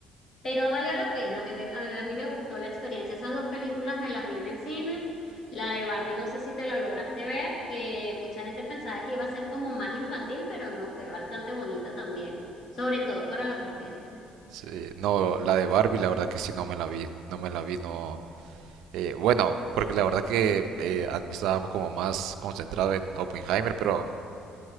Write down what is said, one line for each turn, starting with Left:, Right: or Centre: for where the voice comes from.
Left: Pero valió la pena, me- me- a, a mí me gustó la experiencia. Esas dos películas me las vi en el cine. La de Barbie, no sé si te la lograste ver, que mucha gente pensaba que iba a ser como más infantil, pero no, fue bastante bonita también, sobre todo para las mujeres.
Right: Sí, no, la de Barbie, la verdad que sí, no me la vi, no me la vi, no. eh, bueno, porque la verdad que eh, a- estaba como más concentrados en Oppenheimer, pero